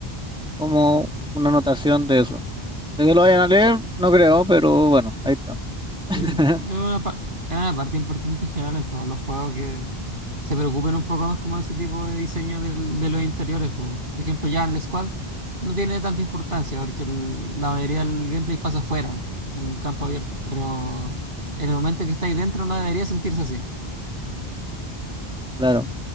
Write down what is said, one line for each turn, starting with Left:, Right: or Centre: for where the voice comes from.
Centre: como una anotación de eso. De que lo vayan a leer, no creo, pero bueno, ahí está. <laughs>
Right: Sí, es una, pa- es una parte importante en general en todos los juegos que se preocupen un poco más como ese tipo de diseño del- de los interiores. po. Por ejemplo, ya en el Squad no tiene tanta importancia porque el- la mayoría del gameplay pasa afuera, en un campo abierto. Pero en el momento que está ahí dentro no debería sentirse así.
Centre: Claro.